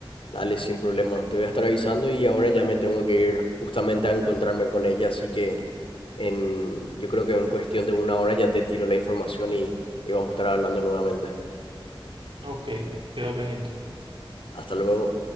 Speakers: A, on the left; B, on the right.
A: Dale, sin problema. Te voy a estar avisando y ahora ya me tengo que ir justamente a encontrarme con ella, así que en, yo creo que en cuestión de una hora ya te tiro la información y, y vamos a estar hablando nuevamente.
B: Ok, queda pendiente.
A: Hasta luego.